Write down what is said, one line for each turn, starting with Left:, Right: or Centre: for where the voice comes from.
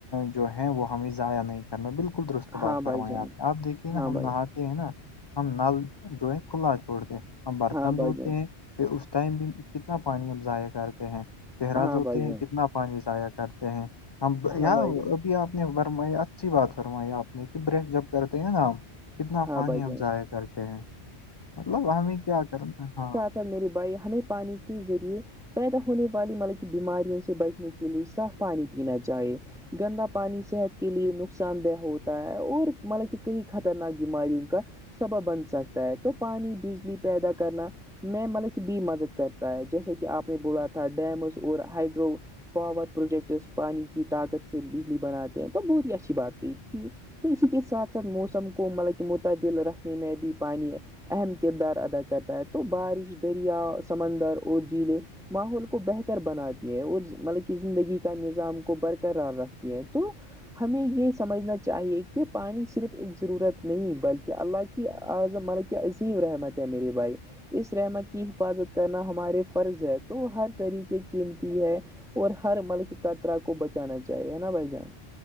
Left: جو ہے وہ ہمیں ضائع نہیں کرنا بالکل درست
Centre: ہاں
Left: بات
Centre: بھائی
Left: فرمائیں
Centre: جان
Left: آپ نے آپ دیکھیے نا
Centre: ہاں
Left: ہم
Centre: بھائی
Left: نا ہم نل جو ہے کھلا چھوڑتے ہیں ہم برتن
Centre: ہاں بھائی
Left: دھوتے
Centre: جان
Left: ہیں پھر اس ٹائم بھی کتنا پانی اب ضائع کرتے ہیں چہرہ
Centre: ہاں
Left: دھوتے
Centre: بھائی
Left: ہیں
Centre: جان
Left: کتنا پانی جضایا کرتے ہیں ہم
Centre: ہاں
Left: یہاں
Centre: بھائی جان
Left: آپ نے فرمائییا اچھی بات فرمائی آپ نے کہ برش جب کرتے ہیں نا کتنا
Centre: ہاں
Left: پانی
Centre: بھائی
Left: ہمب
Centre: جان
Left: ضائع کرتے ہیں مطلب ہمیں کیا کرنا ہاں
Centre: سر میرے بھائی ہمیں پانی کے ذریعے پیدا ہونے والی مطلب کی بیماریوں سے بچنے کے لیے صاف پانی پینا چاہے گندا پانی صحت کے لیے نقصان دہ ہوتا ہے اور مطلب کہ کہیں خطرناک بیماریوں کا سبب بن سکتا ہے تو پانی بجلی پیدا کرنا میں مطلب کہ بھی مدد کرتا ہے جیسے کہ آپ نے بولا تھا ڈیمز اور ہائڈرو پاور پروجیکٹس پانی کی طاقت سے بجلی بناتے ہیں تو بہت ہی اچھی بات کہئی تھی تو اسی کے ساتھ ساتھ موسم کو مطلب کہ متعدل رکھنے میں بھی پانی اہم کردار ادا کرتا ہے تو بارش دریا سمندر اور جیلیں ماحول کو بہتر بناتی ہے اور مطلب کہ زندگی کا نظام کو برقرار رکھتی ہے تو ہمیں یہ سمجھنا چاہیے کہ پانی صرف ایک ضرورت نہیں بلکہ اللہ کی اعظم مل عظیم رحمت ہے میرری بھائی اس رحمت کی حفاظت کرنا ہمارے فرض ہے تو ہر طریقے قیمتی ہے اور ہر ملک قطرا کو بچانا چاہیے نا بھائی جان